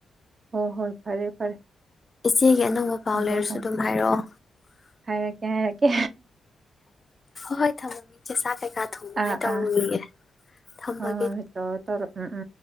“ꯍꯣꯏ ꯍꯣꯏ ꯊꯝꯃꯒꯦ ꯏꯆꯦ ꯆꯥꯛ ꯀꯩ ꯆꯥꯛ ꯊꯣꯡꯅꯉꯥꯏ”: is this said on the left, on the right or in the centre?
Left